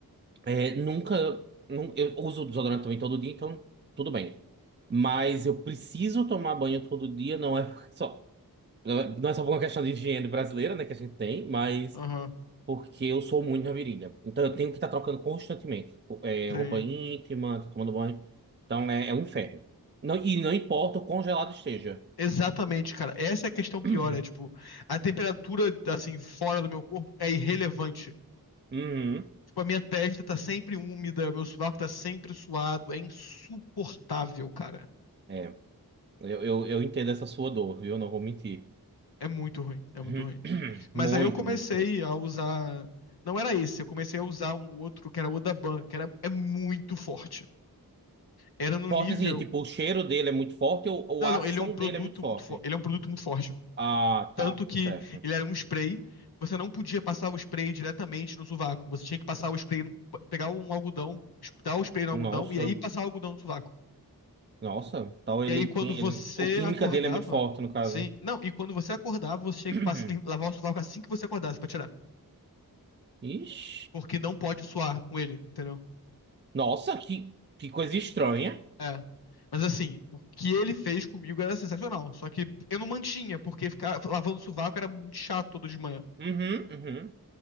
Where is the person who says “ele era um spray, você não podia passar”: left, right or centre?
Left